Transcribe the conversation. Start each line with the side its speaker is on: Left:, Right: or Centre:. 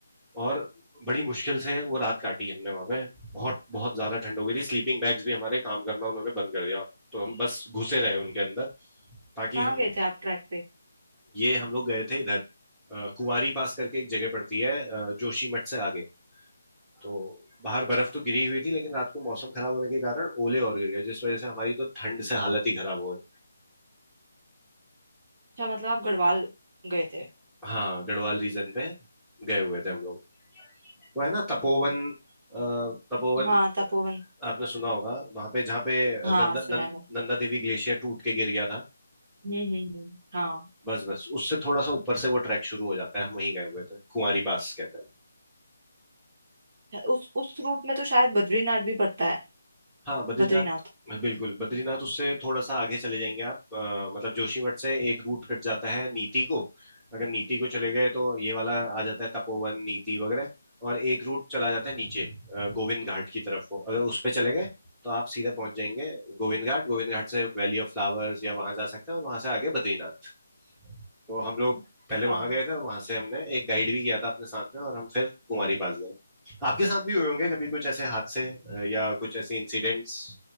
Centre: और बड़ी मुश्किल से वो रात काटी हमने वहां पे बहुत बहुत ज्यादा ठंड हो गई थी स्लीपिंग बैग्स भी हमारे काम करना उन्होंने बंद कर दिया तो हम बस घुसे रहे उनके अंदर ताकि
Right: कहाँ
Centre: हम
Right: गए थे आप ट्रैक पे
Centre: ये हम लोग गए थे इधर अ, कुंवारी पास करके एक जगह पड़ती है अ, जोशीमठ से आगे तो बाहर बर्फ तो गिरी हुई थी लेकिन रात को मौसम खराब होने के कारण ओले और गिर गए जिस वजह से हमारी तो ठंड से हालत ही खराब हो गई
Right: अच्छा मतलब आप गढ़वाल गए थे
Centre: हाँ गढ़वाल रीजन पे गए हुए थे हम लोग वो है ना तपोवन अ, तपोवन
Right: हाँ तपोवन
Centre: आपने सुना होगा वहां पे जहाँ पे
Right: हाँ
Centre: नंदा
Right: सुना
Centre: नं,
Right: है
Centre: नंदा देवी ग्लेशियर टूट के गिर गया था
Right: मैंने हम्म हम्म हम्म, हाँ
Centre: बस बस उससे थोड़ा सा ऊपर से वो ट्रैक शुरू हो जाता है हम वहीं गए हुए थे कुंवारी पास कहते
Right: उस उस रूट में तो शायद बद्रीनाथ भी पड़ता है
Centre: हाँ बद्रीनाथ
Right: बद्रीनाथ
Centre: बिल्कुल बद्रीनाथ उससे थोड़ा सा आगे चले जाएंगे आप अ, मतलब जोशीमठ से एक रूट कट जाता है नीति को अगर नीति को चले गए तो ये वाला आ जाता है तपोवन नीति वगैरह और एक रूट चला जाता है नीचे अ, गोविंद घाट की तरफ को अगर उस पे चले गए तो आप सीधा पहुंच जाएंगे गोविंद घाट गोविंद घाट से वैली ऑफ फ्लावर्स या वहां जा सकते हैं और वहां से आगे बद्रीनाथ तो हम लोग पहले वहां
Right: हाँ
Centre: गए थे और वहां से हमने एक गाइड भी किया था अपने साथ में और हम फिर कुमारी पास गए आपके साथ भी हुए होंगे कभी कुछ ऐसे हादसे अ, या कुछ ऐसे इंसिडेंट्स